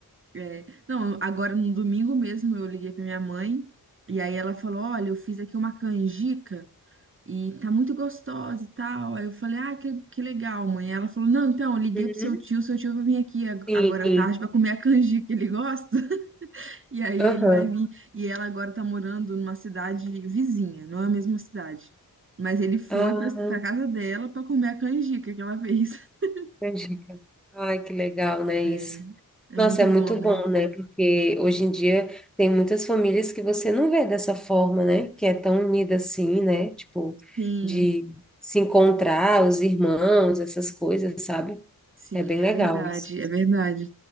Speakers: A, on the right; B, in the centre.
A: É, não, agora no domingo mesmo eu liguei pra minha mãe e aí ela falou: Olha, eu fiz aqui uma canjica e tá muito gostosa e tal. Aí eu falei: Ah, que, que legal, mãe. Ela falou: Não, então, eu liguei
B: Uhum.
A: pro seu tio, seu tio vai vir aqui ag-
B: Sim,
A: agora à tarde pra comer a canjica, ele gosta. E aí
B: aham.
A: ele vai vir. E ela agora tá morando numa cidade vizinha, não é a mesma cidade. Mas ele foi
B: Ah,
A: pra, pra casa dela pra comer a canjica que ela fez. <laughs>
B: Canjica. Ai, que legal, né, isso.
A: É, é
B: Nossa,
A: muito
B: é muito
A: bom, né?
B: bom, né? Porque hoje em dia tem muitas famílias que você não vê dessa forma, né? Que é tão unida assim, né? Tipo,
A: Sim,
B: de se encontrar, os irmãos, essas coisas, sabe?
A: sim,
B: É bem legal
A: é verdade,
B: isso.
A: é verdade.